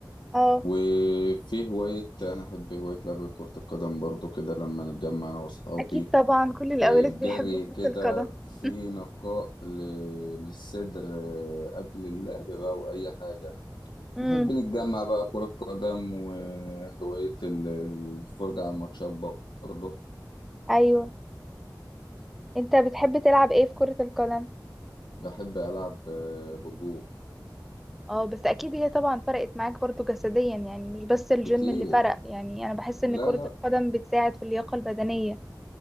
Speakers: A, in the centre; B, on the left.
A: اه
B: وفي هواية أنا أحب هواية لعب كرة القدم برضو كده لما نتجمع أنا وأصحابي
A: اكيد طبعا كل الاولاد
B: إيه، جري
A: بيحبوا
B: كده
A: كرة القدم
B: في
A: <laughs>
B: نقاء ل- للصدر إيه، قبل اللعب بقى وأي حاجة
A: امم
B: نحب نتجمع بقى كرة قدم وهواية ال- الفرجة على الماتشات برضو
A: أيوه أنت بتحب تلعب إيه في كرة القدم؟
B: بحب ألعب آه، هجوم
A: اه بس اكيد هي طبعا فرقت معاك برضو جسديا يعني مش بس الجيم
B: كتير
A: اللي فرق يعني انا بحس ان
B: لا
A: كرة
B: لا
A: القدم بتساعد في اللياقة البدنية